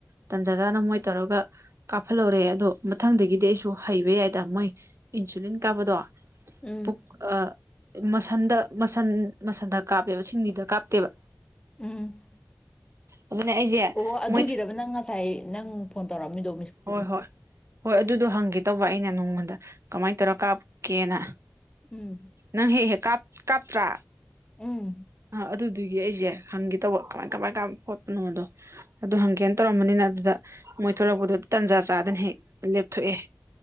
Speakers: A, on the right (about 65°); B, on the left (about 15°).
A: ꯇꯟꯖꯥ ꯆꯥꯟ ꯃꯣꯏ ꯇꯧꯔꯒ ꯀꯥꯞꯍꯜꯍꯧꯔꯦ ꯑꯗꯣ ꯃꯊꯪꯗꯒꯤꯗꯤ ꯑꯩꯁꯨ ꯍꯩꯕ ꯌꯥꯏꯗ ꯃꯣꯏ ꯏꯟꯁꯨꯂꯤꯟ ꯀꯥꯞꯄꯗꯣ
B: ꯎꯝ ꯎꯝ
A: ꯄꯨꯛ ꯑ ꯃꯁꯟꯗ ꯃꯁꯟ ꯃꯁꯟꯗ ꯀꯥꯞꯄꯦꯕ ꯁꯤꯡꯂꯤꯗ ꯀꯥꯞꯇꯦꯕ
B: ꯎꯝ
A: ꯑꯗꯨꯅꯦ ꯑꯩꯁꯦ
B: ꯑꯣ ꯑꯗꯨꯒꯤꯔꯕ
A: ꯃꯣꯏ
B: ꯅꯪ ꯉꯁꯥꯏ ꯅꯪ ꯐꯣꯟ ꯇꯧꯔꯛꯑꯃꯃꯤꯗꯣ
A: ꯍꯣꯏ ꯍꯣꯏ ꯍꯣꯏ ꯑꯗꯨꯗꯣ ꯍꯪꯒꯦ ꯇꯧꯕ ꯑꯩꯅ ꯅꯪꯉꯣꯟꯗ ꯀꯃꯥꯏꯅ ꯇꯧꯔ ꯀꯥꯞꯀꯦꯅ
B: ꯎꯝ
A: ꯅꯪ ꯍꯦ ꯍꯦꯛ ꯀꯥꯞ ꯀꯞꯇꯔꯥ
B: ꯎꯝ
A: ꯑ ꯑꯗꯨ ꯑꯗꯨꯒꯤ ꯑꯩꯁꯦ ꯍꯪꯒꯦ ꯇꯧꯕ ꯀꯃꯥꯏ ꯀꯃꯥꯏ ꯀꯥꯞ ꯈꯣꯠꯄꯅꯣꯗꯣ ꯑꯗꯨ ꯍꯪꯒꯦꯅ ꯇꯧꯔꯝꯕꯅꯤꯅ ꯑꯗꯨꯗ ꯃꯣꯏ ꯊꯂꯛꯄꯗꯣ ꯇꯟꯖꯥ ꯆꯥꯗꯅ ꯍꯦꯛ ꯂꯦꯞꯊꯣꯛꯑꯦ